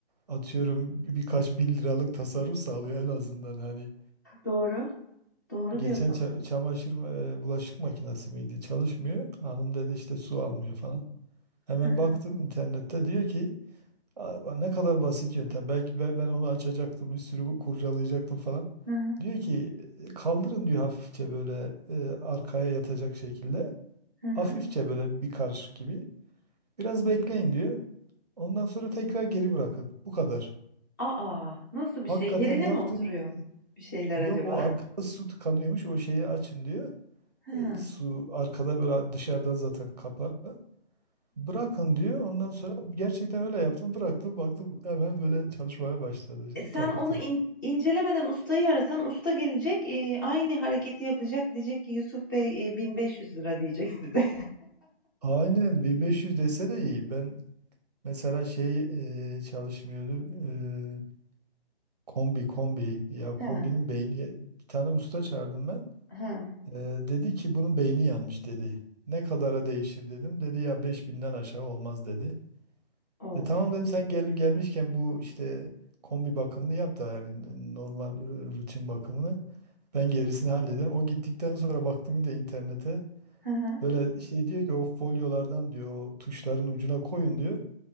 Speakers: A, on the right; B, on the left.
A: atıyorum bir- birkaç bin liralık tasarruf sağlıyor en azından hani
B: Doğru. Doğru
A: geçen
B: diyorsun.
A: ça- çamaşır ma- e, bulaşık makinesi miydi çalışmıyor hanım dedi işte su almıyor falan hemen
B: Hı hı
A: baktım internette diyor ki "Aa, ne kadar basit yöntem belki be- ben onu açacaktım bir sürü kurcalayacaktım falan
B: hı hı.
A: diyor ki "E, kaldırın diyor hafifçe böyle e, arkaya yatacak şekilde
B: hı hı.
A: Hafifçe böyle bir karışık gibi. Biraz bekleyin diyor. Ondan sonra tekrar geri bırakın. Bu kadar.
B: Aa, nasıl bir
A: Hakikaten
B: şey? Yerine
A: yaptım.
B: mi oturuyor bir şeyler
A: Yok
B: acaba?
A: o arkada su tıkanıyormuş. O şeyi açın diyor.
B: Hı hı.
A: E, su arkada böyle dışarıdan zaten kapağı. Bırakın diyor. Ondan sonra gerçekten öyle yaptım. Bıraktım baktım hemen böyle çalışmaya başladı.
B: E, sen
A: Takır
B: onu
A: takır.
B: in- incelemeden ustayı arasan usta gelecek, e, aynı hareketi yapacak. Diyecek ki Yusuf Bey e, 1500 lira diyecek size.
A: Aynen 1500 dese de iyi. Ben mesela şey e, çalışmıyordu. E, kombi kombi. Ya kombinin
B: <laughs> Ha,
A: beyni. Bir tane usta çağırdım ben.
B: ha,
A: Ee, dedi ki bunun beyni yanmış dedi. Ne kadara değişir dedim. Dedi ya beş binden aşağı olmaz dedi.
B: of.
A: E tamam dedim sen gel, gelmişken bu işte kombi bakımını yap da yani n- normal e, rutin bakımını. Ben gerisini hallederim. O gittikten sonra baktım yine de internete.
B: Hı hı.
A: Böyle şey diyor ki o folyolardan diyor o tuşların ucuna koyun diyor.